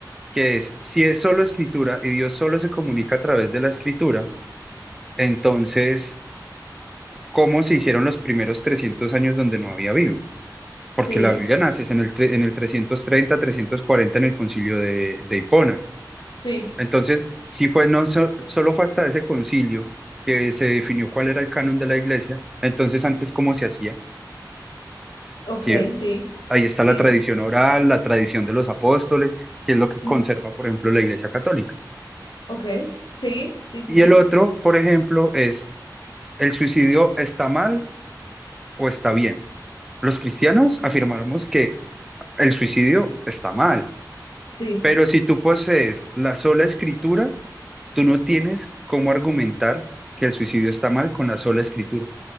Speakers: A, in the centre; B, on the left.
A: que es si es solo escritura y Dios solo se comunica a través de la escritura, entonces, ¿cómo se hicieron los primeros 300 años donde no había Biblia?
B: sí,
A: Porque la Biblia nace es en el, tre- en el trescientos treinta trescientos cuarenta en el concilio de, de Hipona.
B: sí,
A: Entonces, sí fue, no so- solo fue hasta ese concilio que se definió cuál era el canon de la iglesia. Entonces, antes, ¿cómo se hacía?
B: ok,
A: ¿Sí ves?
B: sí,
A: Ahí está
B: sí,
A: la tradición oral, la tradición de los apóstoles, que es lo que conserva,
B: mm,
A: por ejemplo, la iglesia católica.
B: ok, sí, sí, sí,
A: Y
B: sí,
A: el otro, por ejemplo, es, ¿el suicidio está mal o está bien? Los cristianos afirmamos que el suicidio está mal,
B: sí,
A: pero si tú posees la sola escritura, tú no tienes cómo argumentar que el suicidio está mal con la sola escritura.